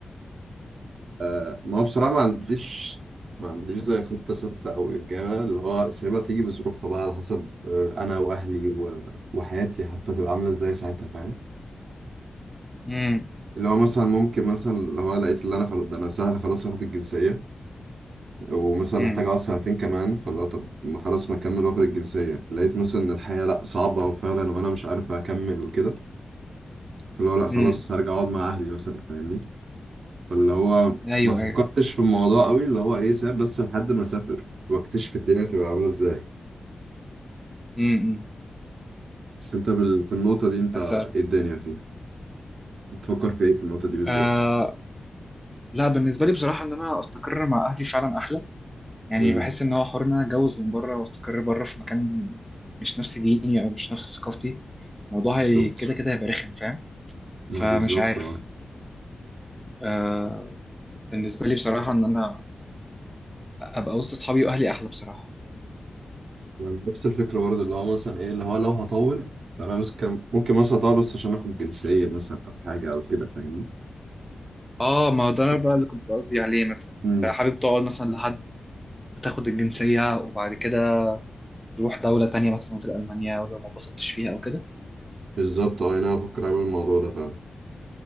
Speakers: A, on the right; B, in the centre.
A: آه ما هو بصراحة ما عنديش ما عنديش زي خطة ثابتة أو إجابة اللي هو سايبها تيجي بظروفها بقى على حسب آه، أنا وأهلي و- وحياتي حتى تبقى عاملة إزاي ساعتها فاهم
B: امم
A: اللي هو مثلا ممكن مثلا اللي هو لقيت اللي انا خلاص ده انا سهل خلاص واخد الجنسية ومثلا
B: امم
A: محتاج اقعد سنتين كمان فاللي هو طب ما خلاص ما اكمل واخد الجنسية لقيت مثلا ان الحياة لا صعبة وفعلا وانا مش عارف اكمل وكده فاللي هو لا خلاص
B: امم
A: هرجع اقعد مع اهلي مثلا فاهمني فاللي هو
B: ايوه
A: ما فكرتش
B: ايوه
A: في الموضوع قوي اللي هو ايه ساب بس لحد ما اسافر واكتشف الدنيا تبقى عاملة ازاي
B: امم
A: بس انت بال... في النقطة دي انت
B: بس
A: ايه الدنيا فيها بتفكر في ايه في النقطة دي بالذات
B: آه لا بالنسبه لي بصراحه ان انا استقر مع اهلي فعلا احلى يعني
A: امم
B: بحس ان هو حوار ان انا اتجوز من بره واستقر بره في مكان مش نفس ديني او مش نفس ثقافتي الموضوع
A: بالظبط
B: هي كده كده هيبقى رخم فاهم
A: ما
B: فمش
A: بالظبط
B: عارف
A: اه
B: آه بالنسبه لي بصراحه ان انا ابقى وسط اصحابي واهلي احلى بصراحه
A: نفس الفكرة برضه اللي هو مثلا ايه اللي هو لو هطول فانا بس كان ممكن مثلا اطول بس عشان اخد جنسية مثلا او حاجة او كده فاهمني
B: اه ما هو ده
A: صح
B: بقى اللي كنت قصدي عليه مثلا
A: امم
B: انت حابب تقعد مثلا لحد ما تاخد الجنسيه وبعد كده تروح دوله تانية مثلا غير المانيا ولو ما اتبسطتش فيها او كده
A: بالظبط اه يعني انا بفكر اعمل الموضوع ده فعلا